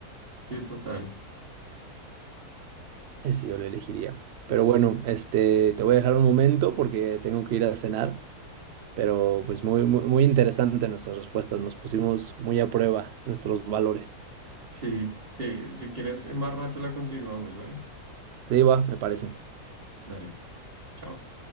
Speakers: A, on the right; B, on the right.
A: sí, total.
B: Ese yo lo elegiría. Pero bueno, este, te voy a dejar un momento porque tengo que ir a cenar, pero pues muy, muy, muy interesante nuestras respuestas, nos pusimos muy a prueba nuestros valores.
A: Sí, sí, si quieres, en más rato la continuamos, ¿vale?
B: Sí, va, me parece.
A: Dale, chao.